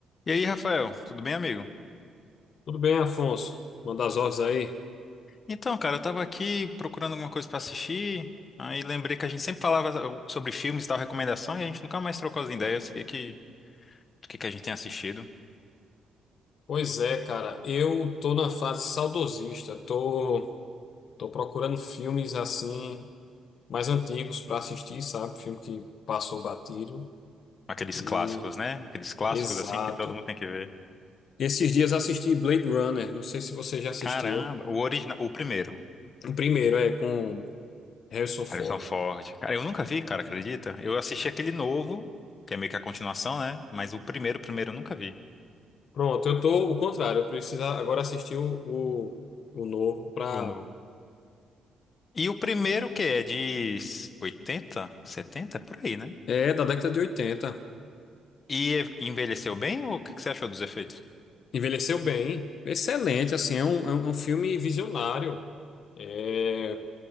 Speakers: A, on the left (about 45°); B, on the left (about 65°).
A: E aí, Rafael, tudo bem, amigo?
B: Tudo bem, Afonso? Manda as ordens aí.
A: Então, cara, eu tava aqui procurando alguma coisa pra assistir, aí lembrei que a gente sempre falava sobre filmes e tal, recomendação, e a gente nunca mais trocou as ideias do que, que, do que que a gente tem assistido.
B: Pois é, cara, eu tô na fase saudosista. Tô, tô procurando filmes assim mais antigos pra assistir, sabe? Filme que passou batido.
A: Aqueles
B: E
A: clássicos, né? Aqueles clássicos
B: exato.
A: assim que todo mundo tem que ver.
B: Esses dias assisti Blade Runner, não sei se você já assistiu.
A: Caramba, o original, o primeiro,
B: O primeiro é com Harrison Ford.
A: Harrison Ford. Cara, eu nunca vi, cara, acredita? Eu assisti aquele novo, que é meio que a continuação, né? Mas o primeiro, primeiro eu nunca vi,
B: Pronto, eu tô o contrário, eu preciso agora assistir o, o, o novo pra.
A: o novo. E o primeiro que é de 80, 70, por aí, né?
B: É, da década de oitenta
A: E envelheceu bem ou o que que você achou dos efeitos?
B: Envelheceu bem, excelente, assim, é um, é um é um filme visionário. É,